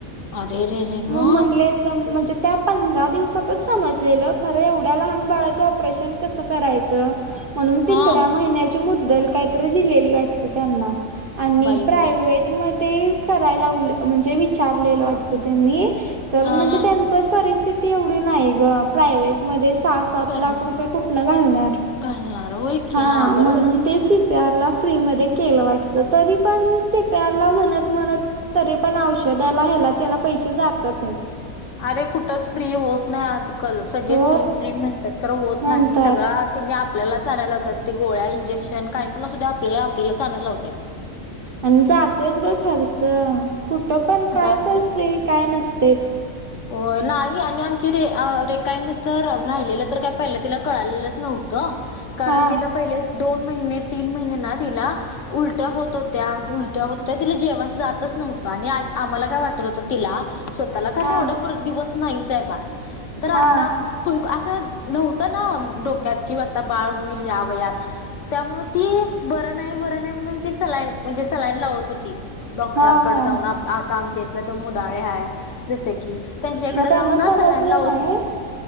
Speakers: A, on the left; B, on the right.
A: अरे रे रे
B: म
A: मग
B: म्हणलेत तम म्हणजे त्या पंधरा दिवसातच समजलेलं, खरं एवढ्या लहान बाळाचं ऑपरेशन कसं करायचं म्हणून
A: हा
B: तिसऱ्या महिन्यात ची मुद्दल काय तरी दिलेली वाटतं त्यांना आणि
A: बाई
B: प्रायवेट
A: ग
B: मध्ये कराय लावलं म्हणजे विचारलेलं वाटत त्यांनी तर
A: हा
B: म्हणजे
A: हा
B: त्यांच परिस्थिती एवढी नाही ग, प्रायव्हेटमध्ये सहा, सात
A: करणार
B: लाख रुपय ते कुठनं घालणार?
A: घालणार होय की
B: हा म्हणुन
A: बरोबर
B: तेच त्याला फ्री मध्ये केलं वाटत, तरी पण सिप्यारला म्हणत म्हणत तरी पण औषदाला, ह्याला त्याला पैसे जातातच.
A: आ रे कुठंच फ्री होत नाही आजकल, सगळे
B: हो
A: फ्री फ्री म्हणतात खरं, होत
B: म्हणतात
A: नाही सगळं. त्यांनी आपल्यालाच आणायला लावतात. ते गोळ्या, इंजेक्शन काय पण असुध्या, आपल्याला आपल्यालाच आणायला लवतात.
B: अन जातोयच ग खर्च कुठं पण काय
A: जातोय
B: पण फ्री काय नसतेच.
A: हो नाही आणि आमची रे रे काय तर राहिलेलं तर काय पहिला तिला कळालेलंच नव्हतं कारण
B: हा
A: तिला पहिले दोन महिने तीन महिने ना तिला उलट्या होत होत्या उलट्या होत्या तिला जेवण जातच नव्हतं आणि आम्हाला काय वाटत होतं तिला स्वतःला कारण
B: हा
A: एवढं दिवस नाहीच आहे बाळ तर आत्ता
B: हा
A: असं नव्हतं ना डोक्यात कि आता बाळ हुईल ह्या वयात. त्यामुळे ती बरं नाही बरं नाही म्हणून ती सलाईन म्हणजे सलाईन लावत होती डॉक्टरांकडे
B: हा हा
A: जाऊन आप आप आमच्या इथलं तो मुदाळे आहे जस की त्यांच्याहिकडे
B: मग त्यांना
A: जाऊन ना
B: समजलं
A: सलाईन लावून
B: नाही
A: लावत होती.